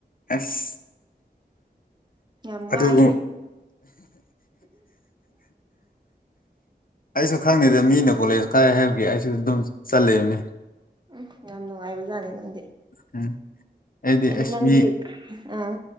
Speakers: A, on the left; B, on the right.
A: ꯑꯁ
B: ꯌꯥꯝ
A: ꯑꯗꯨꯕꯨ
B: ꯋꯥꯏꯌꯦ
A: ꯑꯩꯁꯨ ꯈꯪꯗꯦꯗ ꯃꯤꯅ ꯀꯣꯂꯦꯖ ꯀꯥꯏ ꯍꯥꯏꯕꯒꯤ ꯑꯩꯁꯨ ꯑꯗꯨꯝ ꯆꯠꯂꯕꯅꯤ
B: ꯎꯝ ꯌꯥꯝ ꯅꯨꯡꯉꯥꯏꯕꯖꯥꯠꯅꯤ ꯅꯪ
A: ꯎꯝ
B: ꯑꯩꯗꯤ
A: ꯑꯁ
B: ꯅꯪꯗꯤ
A: ꯃꯤ
B: ꯑꯥ